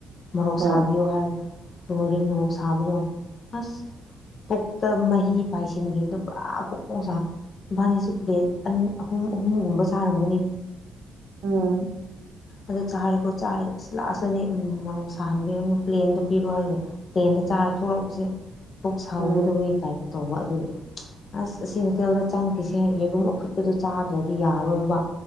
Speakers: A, on the left; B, on the right.
A: ꯃꯣꯔꯣꯛ
B: ꯍꯣꯏ
A: ꯁꯥꯕꯤꯌꯣ ꯍꯥꯏꯔꯒ ꯂꯣꯔꯦ ꯃꯣꯔꯣꯛ ꯁꯥꯕꯗ ꯑꯁ ꯄꯨꯛꯇ ꯃꯍꯤ ꯄꯥꯏꯁꯤꯟꯈꯤꯕꯗꯨ ꯄꯨꯔꯥ ꯄꯨꯛ ꯄꯛꯆꯥꯅꯤ ꯏꯝꯕꯥꯅꯤꯁꯤ ꯄ꯭ꯂꯦꯠ ꯑꯅꯤ ꯑꯍꯨꯝ ꯑꯍꯨꯝꯒꯨꯝꯕ ꯆꯥꯔꯝꯒꯅꯤ
B: ꯎꯝ
A: ꯑꯗꯣ ꯆꯥꯔꯦꯀꯣ ꯆꯥꯔꯒ ꯑꯁ ꯂꯥꯛꯑꯁꯇꯅꯦ ꯃꯧ ꯁꯥꯍꯟꯕꯤꯔꯒꯅ ꯄ꯭ꯂꯦꯟꯗꯣ ꯄꯤꯔꯣ ꯍꯥꯏꯔꯒ ꯄ꯭ꯂꯦꯟꯗ ꯆꯥꯔ ꯊꯣꯛꯂꯛꯄꯁꯦ ꯄꯨꯛ ꯁꯥꯎꯒꯗꯕꯩ
B: ꯎꯝ
A: ꯇꯥꯏꯞꯇ ꯇꯧꯕ ꯑꯗꯨꯒꯤ ꯑꯁ ꯑꯁꯤ ꯍꯣꯇꯦꯜꯗ ꯆꯪꯈꯤꯁꯦ ꯌꯦꯔꯨꯝ ꯑꯐꯨꯠꯄꯗꯨ ꯆꯥꯗ꯭ꯔꯗꯤ ꯌꯥꯔꯔꯣꯏꯕ